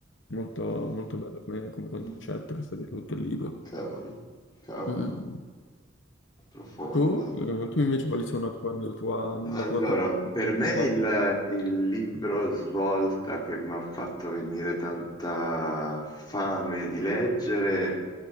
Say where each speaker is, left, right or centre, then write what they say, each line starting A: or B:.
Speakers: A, on the left; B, on the left.
A: molto,
B: mm,
A: molto bello come, come concetto
B: mm.
A: che sta dietro tutto il libro.
B: Cavolo, cavolo,
A: Mm.
B: profondo.
A: Tu, eh, tu invece quali sono tipo, la tua, la
B: Allora,
A: tua top,
B: per
A: il
B: me
A: tuo pop?
B: il, il libro svolta che mi ha fatto venire tanta fame di leggere,